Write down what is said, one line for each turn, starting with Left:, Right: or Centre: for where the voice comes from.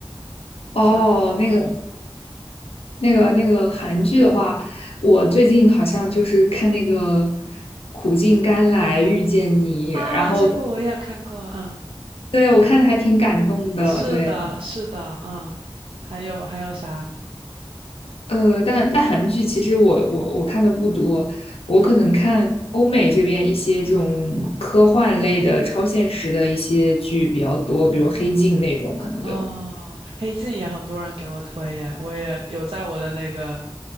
Left: 哦，
Right: 小，
Left: 那个
Right: 嗯
Left: 那个那个韩剧的话，我最近好像就是看那个《苦尽甘来遇见你》，
Right: 啊，
Left: 然后
Right: 这部我也看过，嗯，
Left: 对我看的还挺感动的，
Right: 是的，
Left: 对。
Right: 是的，嗯，还有还有啥？
Left: 呃，但但韩剧其实我我我看的不多，我可能看欧美这边一些这种科幻类的、
Right: 嗯
Left: 超现实的一些剧比较多，比如《黑镜》那种，可能就
Right: 哦，《黑镜》也很多人给我推耶，我也有在我的那个